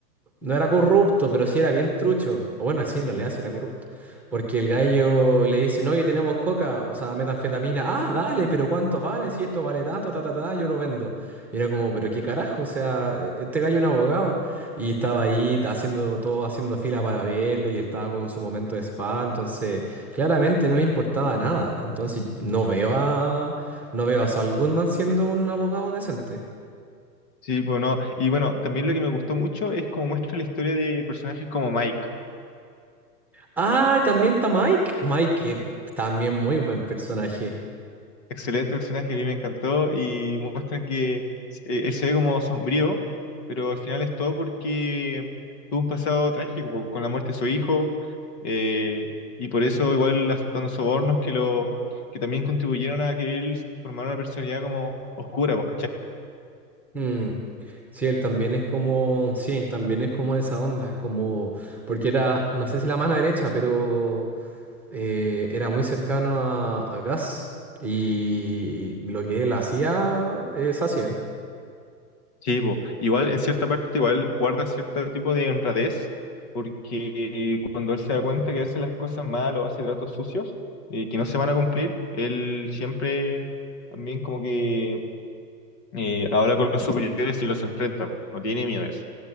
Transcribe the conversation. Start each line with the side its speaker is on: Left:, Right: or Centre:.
Centre: No era corrupto, pero sí era bien trucho. O bueno, sí, en realidad sí era corrupto. Porque el gallo le dice, no, y tenemos coca, o sea, metanfetamina. Ah, dale, pero ¿cuánto vale? Si esto vale tanto, ta, ta, ta, yo lo vendo. Y era como, pero qué carajo, o sea, este gallo es un abogado. Y estaba ahí haciendo todo, haciendo fila para verlo, y él estaba con su momento de spa, entonces claramente no le importaba nada. Entonces no veo a, no veo a Saul Goodman siendo un abogado decente.
Left: Sí, pues no. Y bueno, también lo que me gustó mucho es cómo muestra la historia de personajes como Mike.
Centre: Ah, también está Mike. Mike, eh, también muy buen personaje.
Left: Excelente personaje, a mí me encantó y muestran que eh, él se ve como sombrío, pero al final es todo porque tuvo un pasado trágico po, con la muerte de su hijo eh, y por eso igual aceptando sobornos que lo que también contribuyeron a que él formara una personalidad como oscura, pues,
Centre: Mm. Sí, él también es como, sí, también es como de esa onda, es como, porque era, no sé si la mano derecha, pero eh, era muy cercano a, a Gus y lo que él hacía, es hacía.
Left: Sí, po. Igual en cierta parte igual guarda cierto tipo de honradez, porque cuando él se da cuenta que hace las cosas mal o hace tratos sucios eh, que no se van a cumplir, él siempre también como que eh, habla con los superiores y los enfrenta, po. No tiene miedo de eso.